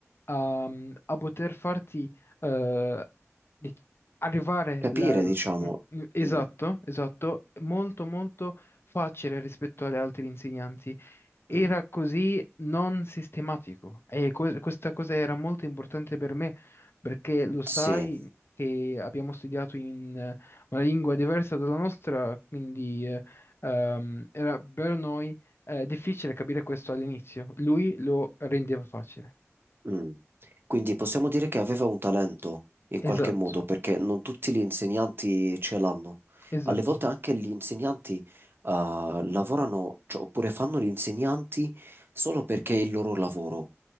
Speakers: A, on the left; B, on the right.
A: a, a poter farti eh, di- arrivare
B: Capire,
A: la- l-
B: diciamo.
A: mm, mm, esatto,
B: mm,
A: esatto, molto molto facile rispetto agli altri insegnanti era
B: mm,
A: così non sistematico e que- questa cosa era molto importante per me perché lo sai
B: sì.
A: che abbiamo studiato in eh, una lingua diversa dalla nostra, quindi eh, ehm, era per noi eh, difficile capire questo all'inizio. Lui lo rendeva facile.
B: mm. Quindi possiamo dire che aveva un talento in qualche
A: Esatto,
B: modo perché non tutti gli insegnanti ce l'hanno.
A: esatto.
B: Alle volte anche gli insegnanti, eh, lavorano, cioè, oppure fanno gli insegnanti solo perché è il loro lavoro.